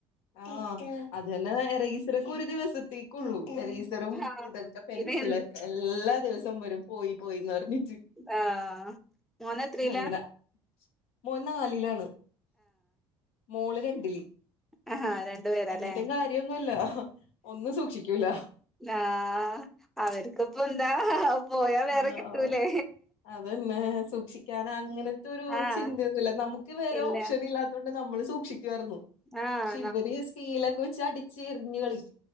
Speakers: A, on the left; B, in the centre.
A: ആ അതെ ഏറെസർക്കെ ഒരു ദിവസത്തേക്ക ഉള്ളൂ എറീസറും
B: ആഹ്
A: ഇതൊക്കെ പെൻസിലൊക്കെ
B: ഇത്
A: എല്ലാ ദിവസം വരും പോയി പോയിന്ന് പറഞ്ഞ
B: ആ മോന് എത്രല്ല
A: അങ്ങനെ മോൻ നാലിലാണ് മോള് രണ്ട്
B: ആഹാ രണ്ടു പേരാല്ലേ
A: എന്നിട്ടും കാര്യൊന്നുല്ല ഒന്നും സൂക്ഷിക്കൂല
B: ആ അവർക്കിപ്പ എന്താ പോയാ വേറെ
A: ആഹ്
B: കിട്ടല്ലേ
A: അതന്നെ സൂക്ഷിക്കാൻ അങ്ങനത്തെ ഒരു
B: ആഹ്
A: ചിന്തയൊന്നുമല്ല നമുക്ക് വേറെ
B: ഇല്ല
A: ഓപ്ഷൻ ഇല്ലാത്തൊണ്ട് നമ്മള് സൂക്ഷികാരുന്നു
B: ആഹ്
A: പക്ഷെ ഇവര് സ്കെയിലൊക്കെ വെച്ച് അടിച്ചറിഞ കളിക്ക